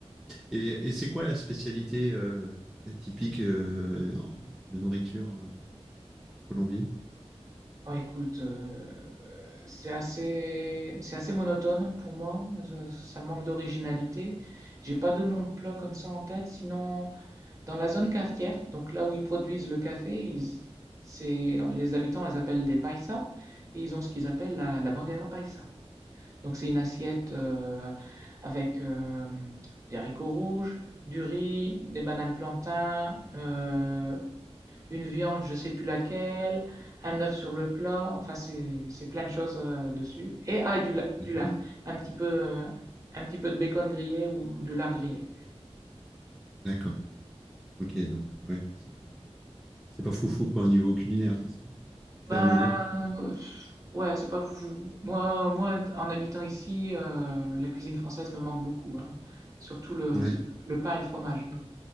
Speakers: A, in the centre; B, on the right (about 30°).
A: Et, et c'est quoi la spécialité euh, typique euh, en- de nourriture euh, en Colombie?
B: Bon, écoute, euh, c'est assez, c'est assez monotone pour moi. Je- ça manque d'originalité. J'ai pas de nom de plat comme ça en tête. Sinon, dans la zone cafetière, donc là où ils produisent le café, ils- c'est, les habitants les appellent des paisas et ils ont ce qu'ils appellent la, la bandera paisa. Donc c'est une assiette euh, avec euh, des haricots rouges, du riz, des bananes plantains, euh, une viande, je sais plus laquelle, un œuf sur le plat, enfin c'est c'est plein de choses euh, dessus. Et ah, et du, la-
A: D'accord.
B: du lard, un petit peu, euh, un petit peu de bacon grillé ou du lard grillé.
A: D'accord. Ok, donc, ouais, c'est pas, c'est pas foufou, quoi, au niveau culinaire, c'est ça? que tu- T'as
B: Ben
A: l'air de dire?
B: euh, ouais, c'est pas fou. Moi, moi, en habitant ici, euh, la cuisine française me manque beaucoup, hein. Surtout le,
A: Ouais,
B: le pain et le fromage. donc.